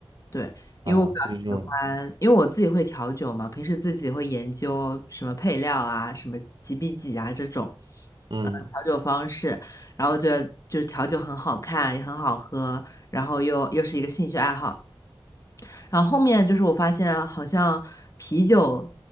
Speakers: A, on the left; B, on the right.
A: 对，因为我比较喜欢，
B: 啊，就是这种
A: 因为我自己会调酒嘛，平时自己会研究什么配料啊、什么几比几啊这种，
B: 嗯
A: 呃，调酒方式。然后觉得就是调酒很好看，也很好喝，然后又又是一个兴趣爱好。然后后面就是我发现啊，好像啤酒